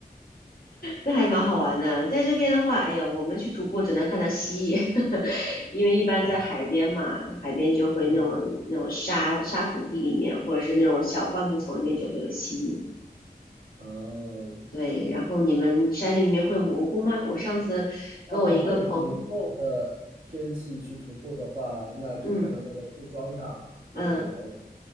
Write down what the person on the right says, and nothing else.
啊，
嗯，
嗯，
哦，会雨后的天气去徒步的话，那就看到那个树桩上就会有蘑菇。